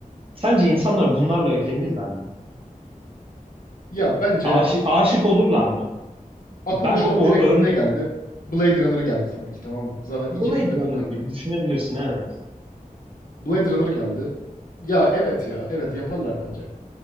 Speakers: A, on the right; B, on the left.
A: Sence insanlar bunlarla evlenirler mi?
B: Ya bence
A: Aşık, aşık olurlar mı?
B: aklıma
A: Ben,
B: şu
A: bu,
B: an
A: o
B: direkt
A: örne
B: ne geldi? Blade Runner geldi tabii ki tamam mı? Zaten
A: Blade
B: iki filmde bunun
A: Runner
B: hakkında.
A: gibi düşünebilirsin evet.
B: Blade Runner geldi. Ya evet ya. Evet yaparlar bence.